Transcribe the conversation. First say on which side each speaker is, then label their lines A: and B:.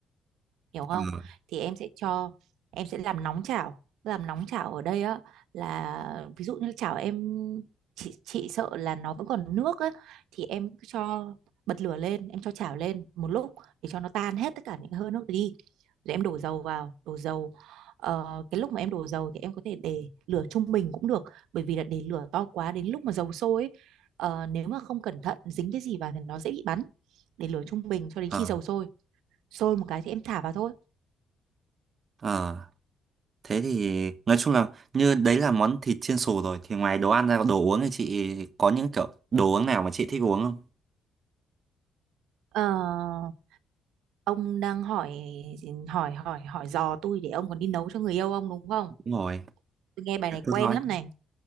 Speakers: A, on the right; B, on the right.
A: hiểu không
B: Ờ
A: thì em sẽ cho em sẽ làm nóng chảo làm nóng chảo ở đây á là ví dụ như chảo em chị chị sợ là nó vẫn còn nước á thì em cứ cho bật lửa lên em cho chảo lên một lúc để cho nó tan hết tất cả những hơi nước đi rồi em đổ dầu vào đổ dầu Ờ, cái lúc mà em đổ dầu thì em có thể để lửa trung bình cũng được bởi vì là để lửa to quá đến lúc mà dầu sôi ấy, ờ, nếu mà không cẩn thận dính cái gì vào thì nó dễ bị bắn để lửa trung bình cho đến
B: ờ
A: khi dầu sôi sôi một cái thì em thả vào thôi
B: ờ Thế thì nói chung là như đấy là món thịt chiên xù rồi thì ngoài đồ ăn ra đồ uống thì chị có những kiểu đồ uống nào mà chị thích uống không?
A: Ờ, ông đang hỏi hỏi hỏi hỏi dò tôi để ông còn đi nấu cho người yêu ông đúng không?
B: Đúng rồi,
A: Tôi nghe bài này
B: cốt
A: quen
B: lõi,
A: lắm này.